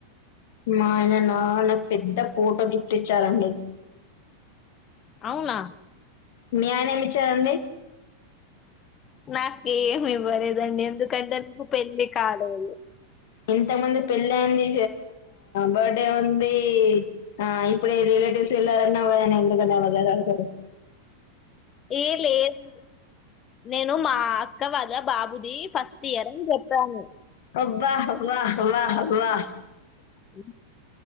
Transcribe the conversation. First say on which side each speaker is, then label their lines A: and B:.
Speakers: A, on the left (about 50°); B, on the left (about 25°).
A: మా ఆయన నా నాకు పెద్ద ఫోటో గిఫ్ట్ ఇచ్చారండి
B: అవునా
A: మీ ఆయన ఏమి ఇచ్చారండి
B: నాకేమి ఇవ్వలేదండి ఎందుకంటే నాకు పెళ్లి కాలేదు
A: ఇంత మంది పెళ్ళ అయింది బర్త్డే ఉంది ఆ ఇప్పుడు రిలేటివస్ ఎలాన్నా ఎందునే వగ <unintelligible>
B: ఏ లేదు నేను మా అక్క వాళ్ళ వల్ల బాబ్ అది ఫస్ట్ ఇయర్ అని చెప్పాను
A: అబ్బ హవ్వా హవ్వా హవ్వా
B: అ